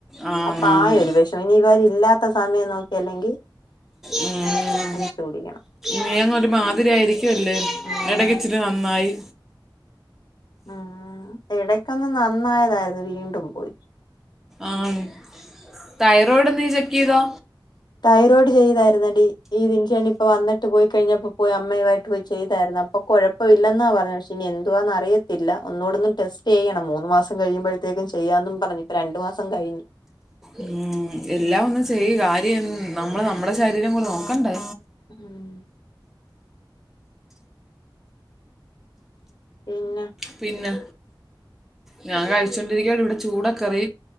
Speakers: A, in the centre; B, on the left.
A: ആ
B: അപ്പൊ
A: നന്ന്.
B: ആകെ ഒരു വിഷമം ഇനി ഇവർ ഇല്ലാത്ത സമയം നോക്കി അല്ലെങ്കിൽ
A: ഉം.
B: അടിച്ചു കുടിക്കണം
A: നീ അങ്ങ് ഒരു മാതിരിയായിരിക്കുവല്ലേ
B: ആഹ്
A: എടക്ക് ഇച്ചിരി നന്നായി
B: ആഹ് എടക്കൊന്ന് നന്നായതായിരുന്നു വീണ്ടും പോയി
A: ആഹ് തൈറോയ്ഡ് നി ചെക്ക് ചെയ്തോ
B: തൈറോയ്ഡ് ചെയ്തായിരുന്നടി ഈ വിൻഷേട്ടൻ ഇപ്പോ വന്നിട്ട് പോയി കഴിഞ്ഞപ്പോ പോയി അമ്മയുവായിട്ട് പോയി ചെയ്തായിരുന്നു അ ഇപ്പൊ കൊഴപ്പമില്ലെന്നാ പറഞ്ഞു പക്ഷെ ഇനി എന്തുവാന്ന് അറിയത്തില്ല ഒന്നൂടൊന്നും ടെസ്റ്റ് ചെയ്യണം മൂന്ന് മാസം കഴിയുമ്പഴ് ത്തേക്കും ചെയ്യാന്നും പറഞ്ഞ് ഇപ്പൊ രണ്ടു മാസം കഴിഞ്ഞ്
A: ഉം എല്ലാം ഒന്നു ചെയ്യ് കാര്യം നമ്മള് നമ്മടെ ശരീരം കൂടെ നോക്കണ്ടേ
B: ഉം പിന്നെ
A: പിന്ന ഞാൻ കഴിച്ചോണ്ടിരിക്കയാണ്. ഇവിടെ ചൂടക്കറി,